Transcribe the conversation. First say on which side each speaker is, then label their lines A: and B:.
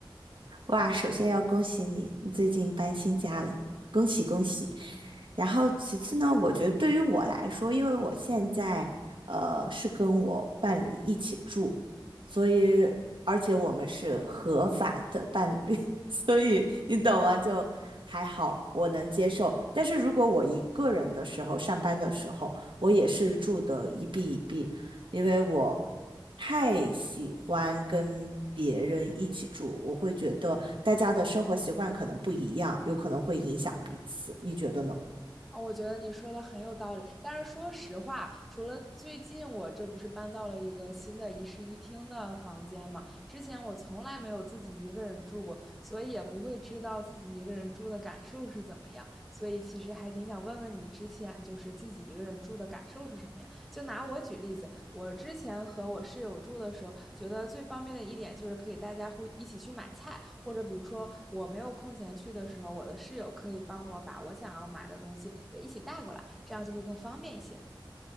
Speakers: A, on the right; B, in the centre.
A: 哇，首先要恭喜你，你最近搬新家了，恭喜恭喜。然后其次呢，我觉得对于我来说，因为我现在呃是跟我伴侣一起住，所以而且我们是合法的伴侣，<laughs> 所以你懂吗？就还好，我能接受。但是如果我一个人的时候，上班的时候，我也是住的一壁一壁，因为我太喜欢跟别人一起住，我会觉得大家的生活习惯可能不一样，有可能会影响彼此。你觉得呢？
B: 啊，我觉得你说的很有道理。但是说实话，除了最近我这不是搬到了一个新的一室一厅的房间嘛，之前我从来没有自己一个人住过，所以也不会知道自己一个人住的感受是怎么样。所以其实还挺想问问你，之前就是自己一个人住的感受是什么样？就拿我举例子，我之前和我室友住的时候，觉得最方便的一点就是可以大家会一起去买菜，或者比如说我没有空闲去的时候，我的室友可以帮我把我想要买的东西也一起带过来，这样就会更方便一些。